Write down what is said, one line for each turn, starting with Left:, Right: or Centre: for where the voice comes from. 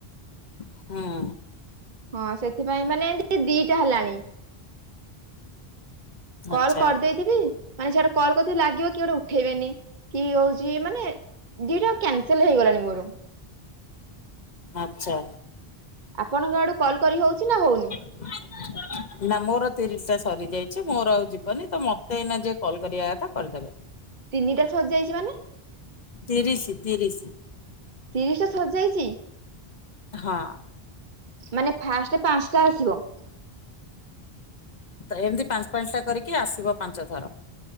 Left: ହୁଁ।
Right: ହଁ ସେଥିପାଇଁ ମାନେ ଦିଟା ହେଲାଣି। କଲ
Left: ଆଚ୍ଛା
Right: କରିଦେଇଥିବି। ମାନେ ସେଆଡେ କଲ କରି ଲାଗିବ କି ଗଟେ ଉଠେଇବେନି କି ହଉଛି ମାନେ। ଦିଟା କ୍ୟାନସଲ ହେଇଗଲାଣି ମୋର।
Left: ଆଚଛା।
Right: ଆପଣଙ୍କ ଆଡୁ କଲ୍ କରି ହଉଛି ନା ହଉନି?
Left: ହ <unintelligible> ନା ମୋର ତିରିିଲ ଟା ସରି ଯାଇଛି। ମୋର ଆଉ ଯିବନି ତ ମତେ ଏଇ ଯିଏ କଲ୍ କରିବା କଥା କରିଦେବେ।
Right: ତିନିଟା ସଜିଯାଇଛି ମାନେ।
Left: ଧୀରିଶ ଧରିଶ।
Right: ତିରିଶ ଟା ସଜାଇଛି।
Left: ହଁ।
Right: ମାନେ ଫାଷ୍ଟ ପାଞ୍ଚଟା ଆସିବ।
Left: ଏମିତି ପାଞ୍ଚ ପାଞ୍ଚଟା କରିକି ଆସିବ ପାଞ୍ଚ ଥର